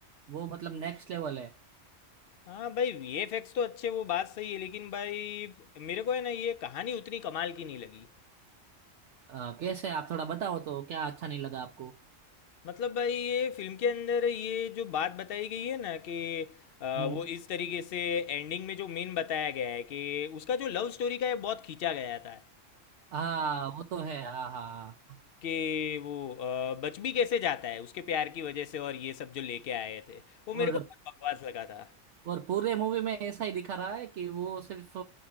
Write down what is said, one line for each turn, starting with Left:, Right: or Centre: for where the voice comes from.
Right: वो मतलब नेक्स्ट लेवल है
Left: हाँ भाई वीएफएक्स तो अच्छे वो बात सही है लेकिन भाई मेरे को है ना ये कहानी उतनी कमाल की नहीं लगी
Right: अ, कैसे आप थोड़ा बताओ तो क्या अच्छा नहीं लगा आपको
Left: मतलब भाई ये फिल्म के अंदर ये जो बात बताई गई है ना कि आ,
Right: हम्म
Left: वो इस तरीके से एंडिंग में जो मेन बताया गया है कि उसका जो लव स्टोरी का है बहुत खींचा गया था
Right: हाँ वो तो है हाँ हाँ हाँ।
Left: कि वो अ, बच भी कैसे जाता है उसके प्यार की वजह से और ये सब जो लेके आए थे वो मेरे
Right: और
Left: को बहुत बकवास लगा था
Right: और पूरे मूवी में ऐसा ही दिखा रहा है कि वो सिर्फ